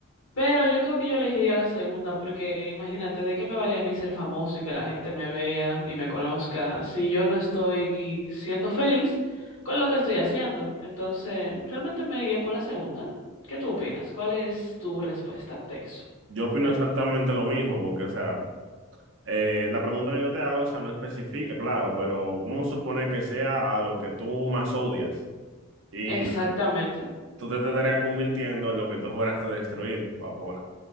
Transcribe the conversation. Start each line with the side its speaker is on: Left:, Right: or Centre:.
Left: Pero yo creo que yo elegiría la segunda porque imagínate, ¿de qué me vale a mí ser famoso y que la gente me vea y me conozca si yo no estoy siendo feliz con lo que estoy haciendo? Entonces, realmente me iría por la segunda. ¿Qué tú opinas? ¿Cuál es tu respuesta ante eso?
Right: Yo opino
Left: Cuenta.
Right: exactamente lo mismo, porque, o sea, eh, la pregunta que yo te hago, o sea, no especifica, claro, pero vamos a suponer que sea a lo que tú más odias. Y
Left: Exactamente.
Right: tú te estarías convirtiendo en lo que tú juraste destruir. Wow, qué bueno.